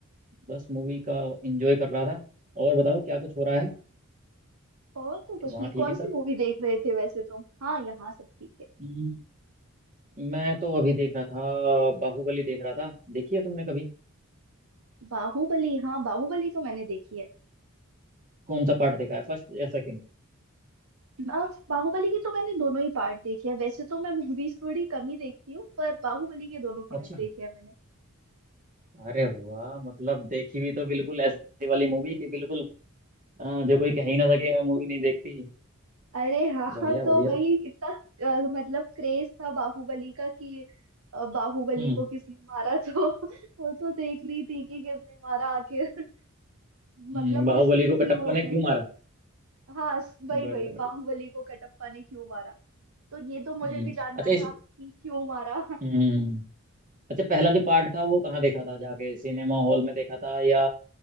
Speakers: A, on the right (about 40°); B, on the right (about 75°).
A: बस मूवी का एंजॉय कर रहा था और बताओ क्या कुछ हो रहा है
B: और तो कुछ
A: वहाँ
B: नहीं
A: ठीक
B: कौन
A: है सब
B: सी मूवी देख रहे थे वैसे तुम हाँ यहाँ सब ठीक है
A: हम्म, मैं तो अभी देख रहा था बाहुबली देख रहा था देखी है तुमने कभी
B: बाहुबली हाँ बाहुबली तो मैंने देखी है
A: कौन सा पार्ट देखा है फर्स्ट या सेकंड
B: अब बाहुबली की तो मैंने दोनों ही पार्ट देखे हैं वैसे तो मैं मूवीज थोड़ी कम ही देखती हूँ पर बाहुबली के दोनों
A: अच्छा
B: पार्ट देखे हैं मैंने
A: अरे वाह मतलब देखी भी तो बिल्कुल ऐसी वाली मूवी कि बिल्कुल अ, जो कोई कह ही ना सके मैं मूवी नहीं देखती
B: अरे हाँ
A: बढ़िया
B: हाँ तो
A: बढ़िया
B: वही इतना अ, मतलब क्रेज था बाहुबली का कि अ, बाहुबली
A: हम्म
B: को किसने मारा <laughs> तो वो तो देख रही थी कि किसने मारा आखिर
A: हम्म,
B: मतलब
A: बाहुबली
B: मिस्ट्री
A: को
B: थी
A: कटप्पा
B: वो
A: ने क्यों
B: भी
A: मारा
B: हाँ स- वही
A: बढ़िया
B: वही
A: बढ़िया
B: बाहुबली को कटप्पा ने क्यों मारा तो ये तो मुझे
A: हम्म
B: भी जानना
A: अच्छा
B: था
A: इस
B: कि क्यों मारा
A: हम्म अच्छा पहला जो पार्ट था वो कहाँ देखा था जाके सिनेमा हॉल में देखा था या